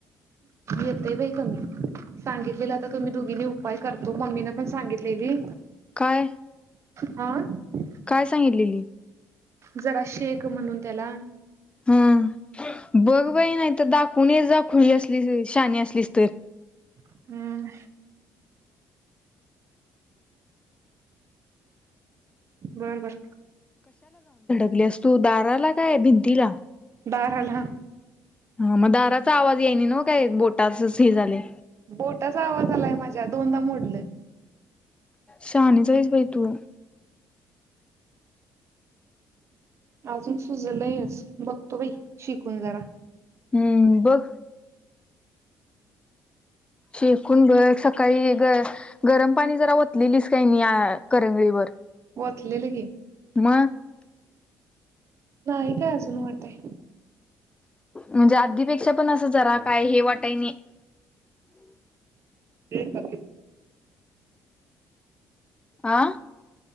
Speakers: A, on the right (about 55°); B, on the left (about 20°).
A: येतय बाई कमी... सांगितलेलं आता तुम्ही दोघीनी उपाय करतो मम्मीने पण सांगितलेली.....
B: काय?
A: हा <unintelligible>
B: काय सांगितलेली.
A: जरा शेक म्हणून त्याला....
B: हम्म बघ बाई नाही तर दाखवून येजा खुळी असलीस शानी असलीस तर...
A: हम्म बर बर....
B: लागली अस तू दाराला काय भिंतीला....
A: दाराला...
B: हा मग दाराचा आवाज याणे न काय बोटाचच हे झाले..
A: बोटाचा आवाज आलाय माझ्या दोनदा मोडल.
B: शहानीच आहेस बाई तू..
A: अजून सुजलयच बघतो बाई शिकून जरा...
B: हम्म बघ... शेकून बघ सकाळी ग गरम पाणी जरा ओतलेलीस काय नाही या करंगळीवर...
A: वतलेलं की...
B: म...
A: नाही काय अजून वाटाय
B: म्हणजे आधीपेक्षा पण असं जरा काय हे वाटाय नाही...
A: एक घ
B: आ